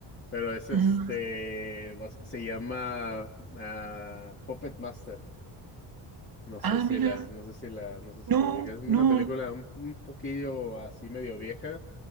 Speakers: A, on the left; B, on the right.
A: pero es este
B: Mm,
A: bas- se llama ah, Puppet Master. No sé
B: Ah,
A: si
B: mira,
A: la, no sé si la, no sé si
B: no,
A: lo ubicas. Es una
B: no.
A: película un, un poquillo así medio vieja.